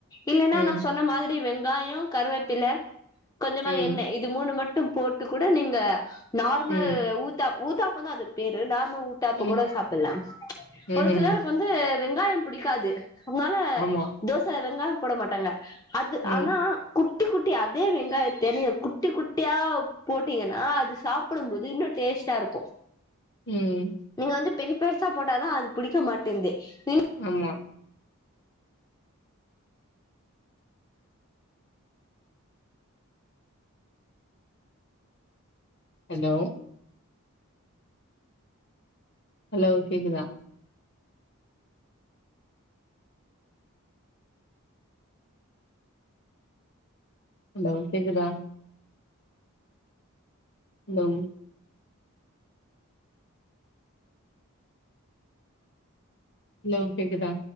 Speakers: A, on the left; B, on the left.
A: இல்லன்னா
B: ம்,
A: நா சொன்ன மாதிரி வெங்காயோ கருவேப்பில கொஞ்சமா
B: ம்,
A: எண்ண இது மூணு மட்டு போட்டு கூட நீங்க நார்மல்
B: ம்,
A: ஊத்தா ஊத்தாப்பம்தா அதுக்கு பேரு நார்மல் ஊத்தாப்போ
B: ம்,
A: கூட சாப்பல்லா
B: ம்ஹ்ம்.
A: ஒரு சிலருக்கு வந்து வெங்காயம் பிடிக்காது அதனால
B: ஆமா.
A: தோசல வெங்காயம் போட மாட்டாங்க அது
B: ம்,
A: ஆனா குட்டி குட்டி அதே வெங்காயத்த நீ குட்டி குட்டியா போட்டீங்கன்னா அது சாப்படும் போது இன்னு டேஸ்டா இருக்கு
B: ம்
A: நீங்க வந்து பெரு பெருசா போட்டாதா அது புடிக்க மாட்டேன்து நீ
B: ஆமா ஹலோ ஹலோ கேக்குதா ஹலே கேக்குதா ஹலோ ஹலோ கேக்குதா